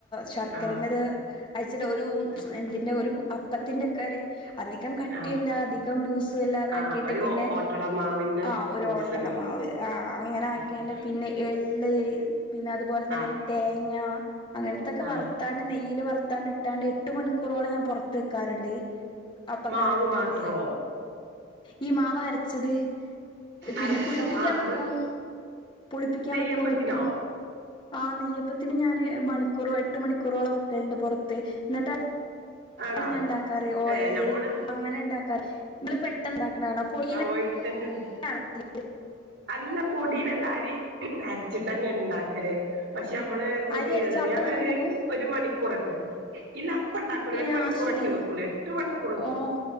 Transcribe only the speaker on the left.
ശർക്കരന്റെത്
അയച്ചിട്ട ഒരു
എന്തിന്റെ ഒരു അപ്പത്തിന്റെക്കാരുത്. അധികം കട്ടിയില്ലതെ
ലൂസാല്ലാതെക്കിട്ട്
പിന്നെ
ആ ഒരു
ഒട്ടാട മാവ് ആ അങ്ങനെ
ഏലം പിന്നെ എള്ള് പിന്നത്പോലെതന്നെ
തേ തേങ്ങ അങ്ങനത്തൊക്കെ
വറുത്താണ് നെയ്യിൽ വറ്ത്താണ്. കിട്ടാണ്ട് എട്ട് മണിക്കൂറോളം ഞാൻ പുറത്ത് വെക്കാറുണ്ട് അപ്പക്കാര
കിട്ടാണ്ട്.
ഈ മാവരച്ചത്. പിന്നെ
പുളിപ്പിക്കാൻ
വെക്കും പുളിപ്പിക്കാൻ
വെക്കുവോ എട്ടും ആ നെയ്യപ്പത്തിന് ഞാന് മണിക്കൂറോ എട്ട് മണിക്കൂറോളം വെക്കലുണ്ട് പൊറത്ത് എന്നിട്ട്
ഞാന് ഇണ്ടാക്കാറ് ഓയില്
അങ്ങനെണ്ടാക്കാറ് നിങ്ങള്പെട്ടന്ന് ഇണ്ടാക്കണെ ഓയില് -
<unintelligible>
അരി അരച്ച
അപ്പം തന്നെ ഉണ്ടാക്കും
ഏഹ്
അത് ശരി
ഓഹ്